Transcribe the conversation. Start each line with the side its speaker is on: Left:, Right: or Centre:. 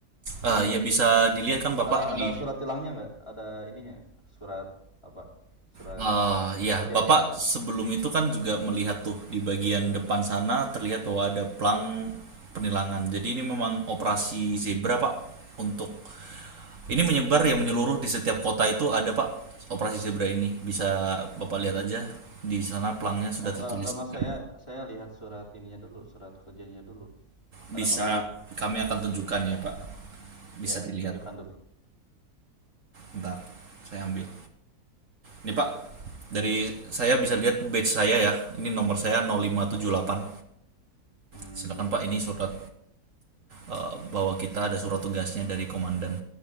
Left: Enggak.
Right: Ah, ya bisa dilihat
Left: Ada
Right: kan Bapak di
Left: ada surat tilangnya nggak? Ada ininya? Surat apa? Surat
Right: Ah, ya,
Left: kerjanya.
Right: Bapak sebelum itu kan juga melihat tuh di bagian depan sana terlihat bahwa ada plang penilangan. Jadi ini memang operasi
Left: Oh.
Right: zebra Pak untuk ini menyebar ya menyeluruh di setiap kota itu ada Pak operasi zebra ini. Bisa
Left: Hmm.
Right: Bapak lihat aja di sana plangnya sudah
Left: Oh enggak
Right: tertulis
Left: enggak
Right: juga.
Left: Mas, saya saya lihat surat ininya dulu, surat kerjanya dulu.
Right: Bisa
Left: Ada nggak Mas?
Right: kami akan tunjukkan ya Pak. Bisa
Left: Ya,
Right: dilihat.
Left: tunjukkan dulu.
Right: Bentar, saya ambil. Ini Pak, dari saya bisa lihat badge saya ya. Ini nomor saya 0578.
Left: Hmm.
Right: Silakan Pak, ini surat eh, bahwa kita ada surat tugasnya
Left: Hmm.
Right: dari komandan.